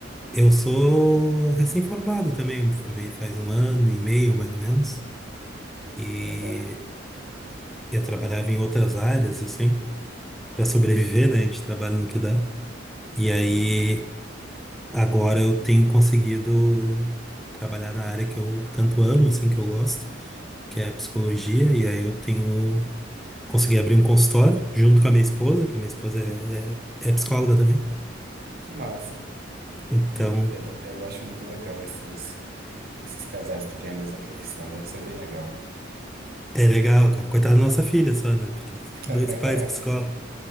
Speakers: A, in the centre; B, on the right (about 55°).
A: eu sou recém-formado também, eu me formei faz um ano e meio, mais ou menos, e
B: Que legal.
A: eu trabalhava em outras áreas, assim, para sobreviver, né? A gente trabalha no que dá. E
B: Exatamente.
A: aí, agora eu tenho conseguido trabalhar na área que eu tanto amo, assim, que eu gosto, que é a psicologia, e aí eu tenho consegui abrir um consultório junto com a minha esposa, que a minha esposa é, é é psicóloga também.
B: Que massa.
A: Então,
B: Tem- é da- eu acho muito legal essas, esses casais que têm a mesma profissão. Deve ser bem legal.
A: É legal, cara. Coitada da nossa filha só, né? Porque
B: <laughs>
A: dois pais psicólogos.